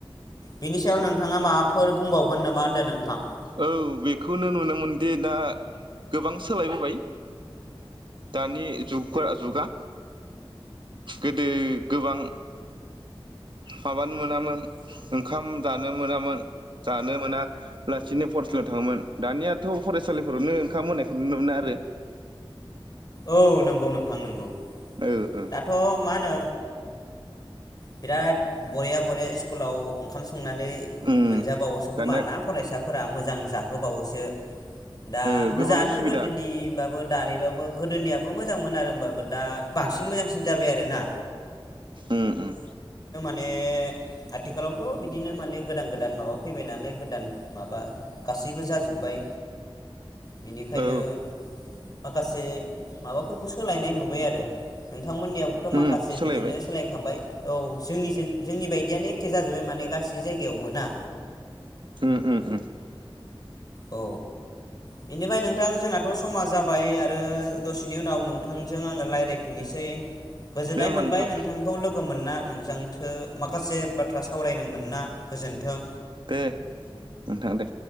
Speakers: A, on the left; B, on the right.
A: बिनि सायाव नोंथाङा माबाफोर बुंबावगोन नामा होनदो नोंथां?
B: औ बेखौनो नुनो मोनदि दा गोबां सोलायबोबाय दानि जुगफोरा जुगा गोदो गोबां माबानो मोनामोन ओंखाम जानो मोनामोन जानो मोना लासिनो फरायसालियाव थाङोमोन दानियाथ' फरायसालिफोरावनो ओंखाम होनायखौ नुनो मोना आरो
A: औ नोंगौ नोंथां नोंगौ
B: ओ ओ
A: दाथ' मा होनो बिराद बरिया बरिया इस्कुलाव ओंखाम संनानै
B: उम
A: मोनजाबावोसो खोमा
B: दानिया
A: ना फरायसा फोरा मोजां जाहोबावोसो दा
B: ओ
A: मोजाङानो
B: गोबां सुबिदा
A: गोदोनिबाबो दानिबाबो गोदोनियाबो मोजांमोन आरो होमबाबो दा बांसिन मोजांसिन जाबाय आरो ना?
B: उम उम
A: ने आथिखालावथ' बिदिनो माने गोदान गोदान माबा फैबाय नालाय गोदान माबा गासैबो जाजोब्बाय। बिनिखायनो
B: औ
A: माखासे माबाफोरखौ सोलायनाय नुबाय आरो नोंथां मोननियाबोथ'
B: उम
A: माखासे
B: सोलायबाय
A: बिदिनो सोलायखाबाय औ जोंनिजो जोंनि बायदियानो एखे जाजोब्बाय माने गासै जायगायावबो ना?
B: उम उम उम
A: औ बिनिफाय नोंथां जोंनाथ' समा जाबाय आरो दसेनि उनाव नोंथांजों आङो रायलायफिननोसै गोजोननाय
B: दे होमबा
A: मोनबाय
B: नोंथां
A: नोंथांखौ लोगो मोनना। नोंजोंथो माखासे बाथ्रा सावरायनो मोना गोजोन्थों
B: दे नोंथां दे